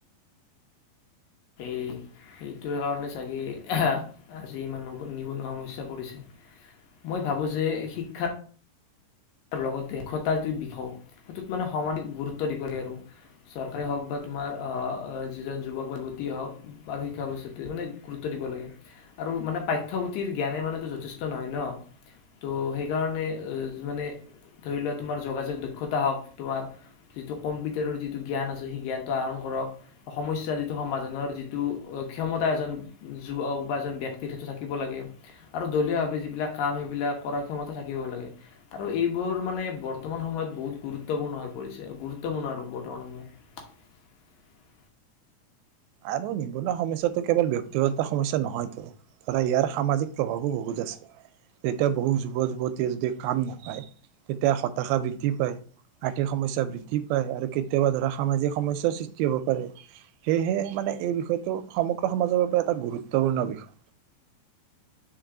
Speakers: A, on the left; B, on the right.
A: সেইটো কাৰণে চাগে অঃহাঁ আজি মানুহ নিবনুৱা সমস্যাত পৰিছে মই ভাবো যে শিক্ষাত তাৰ লগতে <unintelligible> বিষও সেইটোত মানে সমানিক গুৰুত্ব দিব লাগে আৰু চৰকাৰে হওঁক বা তোমাৰ অ যিজন যুৱক বা যুৱতীয়ে হওক আৰু শিক্ষা ব্যৱস্থা মানে গুৰুত্ব দিব লাগে আৰু মানে পাঠ্য পুথিৰ জ্ঞানে মানেটো যথেষ্ট নহয় ন ত' সেইকাৰণে জ মানে ধৰি লোৱা তোমাৰ যোগাযোগ দক্ষতা হওক তোমাৰ যিটো কম্পিউটাৰৰ যিটো জ্ঞান আছে সেই জ্ঞানটো আহৰণ কৰক সমস্যা যিটো সমাধানৰ যিটো ক্ষমতা এজন যুৱক বা এজন ব্যক্তিৰ সেইটো থাকিব লাগে আৰু দলীয়ভাৱে যিবিলাক কাম সেইবিলাক কৰাৰ ক্ষমতা থাকিব লাগে আৰু এইবোৰ মানে বৰ্তমান সময়ত বহুত গুৰুত্বপূৰ্ণ হৈ পৰিছে গুৰুত্বপূৰ্ণ আৰু বৰ্তমান সময়ত
B: আৰু নিবনুৱা সমস্যাটো কেৱল ব্যক্তিগত সমস্যা নহয়তো ধৰা ইয়াৰ সামাজিক প্ৰভাৱো বহুত আছে যেতিয়া বহুত যুৱ যুৱতীয়ে যদি কাম নাপায় তেতিয়া হতাশা বৃদ্ধি পায় আৰ্থিক সমস্যা বৃদ্ধি পায় আৰু কেতিয়াবা ধৰা সামাজিক সমস্যয়াৰ সৃষ্টি হব পাৰে সেয়েহে মানে এই বিষয়টো সমগ্ৰ সমাজৰ বাবে এটা গুৰুত্বপূৰ্ণ বিষয়